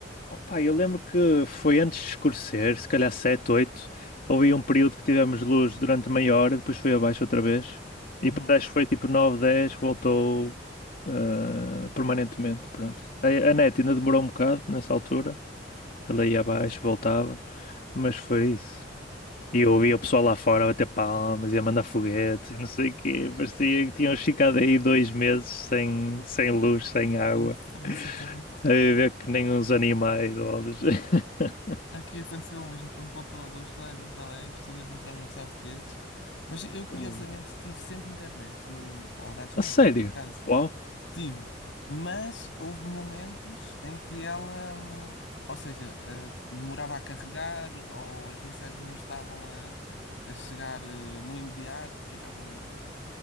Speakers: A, on the left (about 50°); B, on the left (about 85°).
A: Opa, eu lembro que foi antes de escurecer, se calhar 7, 8. Houve aí um período que tivemos luz durante meia hora, depois foi abaixo outra vez.
B: Uhum,
A: E depois acho que foi tipo 9, 10, voltou ah, permanentemente, pronto. A, a net ainda demorou um bocado nessa altura. Ela ia abaixo,
B: uhum,
A: voltava, mas foi isso. E eu ouvia o pessoal lá fora a bater palmas e a mandar foguetes e não sei o quê. Parecia que tinham ficado aí dois meses sem, sem luz, sem água,
B: uhum, <laughs> exatamente.
A: a viver que nem uns animais ou algo do género. <laughs>
B: Aqui aconteceu o mesmo, quando voltou a luz, toda a gente alegre, toda a gente a dançar foguetes. Mas eu, curiosamente,
A: Hum.
B: tive sempre internet, no, ou dados móveis,
A: A sério?
B: neste caso.
A: Uau.
B: Tive. Mas houve momentos em que ela, hum, ou seja, eh, demorava a carregar, ou as mensagens não estavam a, a chegar eh, no imediato, ficavam